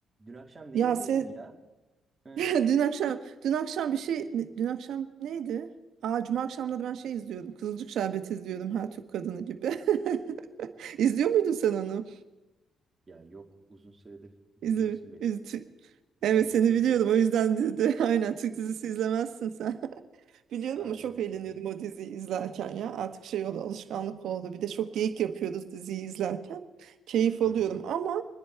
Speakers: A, on the right; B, on the right.
A: Dün akşam ne
B: Ya
A: izledin
B: siz
A: ya?
B: <laughs>
A: Hı.
B: dün akşam dün akşam bir şey dün akşam neydi? Aa, Cuma akşamları ben şey izliyordum. Kızılcık Şerbeti izliyordum her Türk kadını gibi. <laughs> İzliyor muydun sen onu?
A: Ya yok uzun süredir biliyorsun
B: İzle,
A: beni.
B: iz- tü- evet
A: E,
B: seni
A: Türk
B: biliyorum
A: dizisi.
B: o yüzden dedi. <laughs> Aynen Türk dizisi izlemezsin Biliyorum
A: Aynen
B: ama çok
A: öyle.
B: eğleniyordum o diziyi izlerken ya. Artık şey oldu, alışkanlık oldu. Bir de çok geyik yapıyoruz diziyi izlerken. Keyif alıyorum
A: Hı hı.
B: ama